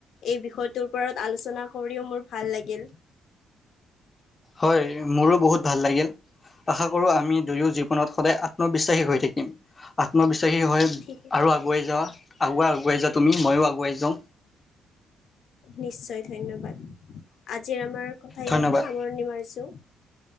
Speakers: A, on the left; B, on the left.
A: এই বিষয়টোৰ ওপৰত আলোচনা কৰিও মোৰ ভাল লাগিল।
B: হয়ঁ মোৰো বহুত ভাল লাগিল। আশা কৰোঁ আমি দুয়ো জীৱনত সদায় আত্মবিশ্বাসী হৈ থাকিম, আত্মবিশ্বাসী হৈ-
A: ঠিক
B: আৰু আগোৱাই যোৱা আগোৱাই যোৱা তুমি ময়ো আগোৱাই যাওঁ।
A: নিশ্চয় ধন্যবাদ আজিৰ আমাৰ কথা ইয়াতে
B: ধন্যবাদ
A: সামৰণি মাৰিছো।